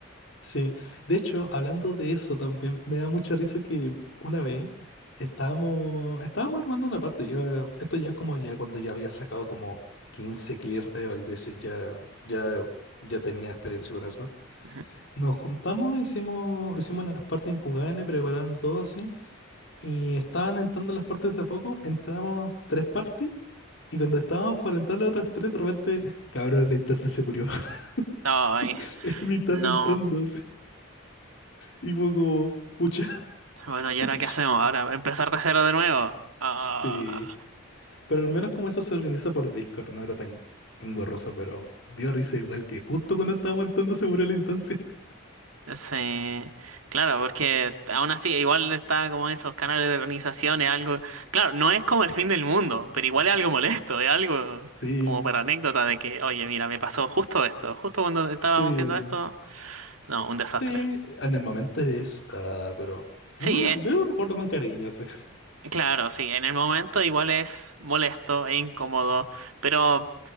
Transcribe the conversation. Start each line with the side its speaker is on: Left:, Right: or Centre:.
Left: Sí, de hecho, hablando de eso también, me da mucha risa que una vez estábamos, estábamos armando una parte, ya, esto ya es como ya cuando ya había sacado como 15 clears de Valdez, ya, ya, ya tenía experiencia con eso.
Right: Ujú.
Left: Nos juntamos, hicimos, hicimos las partes en Kugane, preparando todo así, y estaban entrando las partes de a poco, entramos tres partes, y cuando estábamos por entrar las otras tres, de repente, cabrón, la instancia se murió,
Right: Ay,
Left: <laughs> en mitad
Right: no.
Left: de entrando así, y fue como, pucha.
Right: Bueno,
Left: <laughs>
Right: ¿y ahora qué hacemos? Ahora empezar de cero de nuevo. Ah.
Left: Sí, pero al menos como eso se organiza por Discord, no era tan engorroso, pero dio risa igual que justo cuando estábamos entrando se murió la instancia. <laughs>
Right: Sí, claro, porque aún así, igual está como esos canales de organización, es algo, claro, no es como el fin del mundo, pero igual es algo molesto, es algo
Left: Sí,
Right: como para anécdota de que, oye, mira, me pasó justo esto, justo cuando estábamos
Left: sí,
Right: haciendo esto, no, un desastre.
Left: sí, en el momento es, ah, pero
Right: Sí,
Left: uno lo-
Right: eh,
Left: yo lo recuerdo con cariño, sí.
Right: claro, sí, en el momento igual es molesto e incómodo, pero